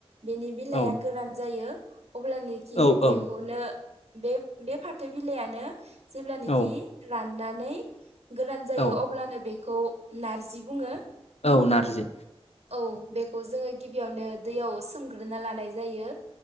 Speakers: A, on the right; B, on the left.
A: बेनि बिलाइआ
B: औ
A: गोरान जायो अब्लानोखि
B: औ औ
A: बेखौनो बे बे फाथो बिलाइानो जेब्लानखि
B: औ
A: राननानै गोरान जायो
B: औ
A: अब्लानो बे नारजि बुङो
B: औ नारजि
A: औ बेखौ जोङो गिबियावनो दैयाव सोमग्रोना लानाय जायो